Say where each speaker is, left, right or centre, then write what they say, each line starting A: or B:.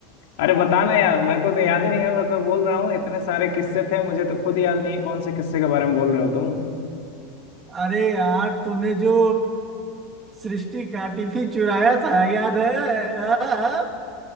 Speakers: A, on the left; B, on the right.
A: अरे बताना यार मेरे को तो याद ही नहीं है मैं तो बोल रहा हूँ इतने सारे किस्से थे मुझे तो खुद याद नहीं है कौन से किस्से के बारे में बोल रहे हो तुम
B: अरे यार तूने जो सृष्टि का टिफिन चुराया था याद है हाँ? हाँ।